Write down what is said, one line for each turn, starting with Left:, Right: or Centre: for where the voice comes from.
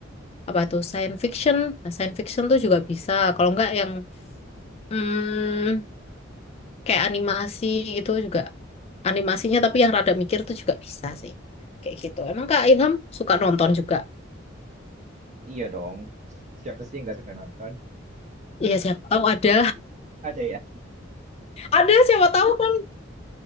Left: apa tuh science fiction nah, science fiction tuh juga bisa kalau nggak yang hmm, kayak animasi gitu juga animasinya tapi yang rada mikir tuh juga bisa sih kayak gitu emang Kak Ilham suka nonton juga
Right: Iya dong, <laughs> siapa sih yang nggak suka nonton?
Left: Iya siapa tahu ada
Right: Ada ya?
Left: <laughs> ada siapa tahu kan